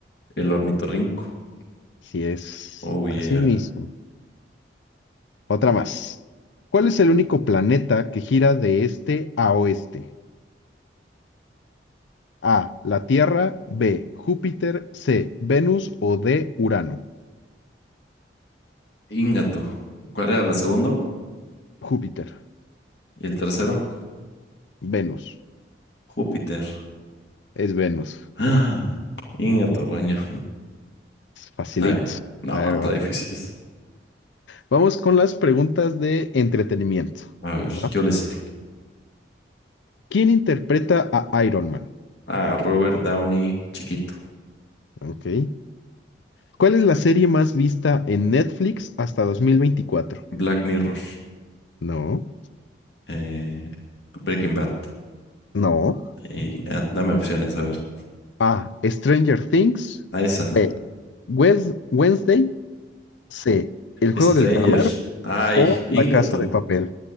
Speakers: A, on the left (about 70°); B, on the left (about 80°).
A: El ornitorrinco.
B: Así es,
A: Oh, yeah.
B: así mismo. Otra más. ¿Cuál es el único planeta que gira de este a oeste? A, la Tierra, B, Júpiter, C, Venus o D, Urano.
A: Ingatu. ¿Cuál era el segundo?
B: Júpiter,
A: Y el tercero,
B: Venus,
A: Júpiter. <gasps>
B: es Venus.
A: Ah, Ingatorraña.
B: Facilito,
A: Está bien. No,
B: la verdad.
A: está difícil.
B: Vamos con las preguntas de entretenimiento.
A: A ver,
B: ¿va?
A: yo le sé.
B: ¿Quién interpreta a Iron Man?
A: Ah, Robert Downey, chiquito.
B: Ok. ¿Cuál es la serie más vista en Netflix hasta 2024?
A: Black Mirror,
B: No,
A: eh, Breaking Bad.
B: no.
A: Y, ah, dame opciones, a ver.
B: A. Stranger Things.
A: A esa.
B: B. Wes- Wednesday. C. El juego
A: Stranger.
B: del calamar
A: Ay,
B: o
A: Ingato.
B: La casa de papel.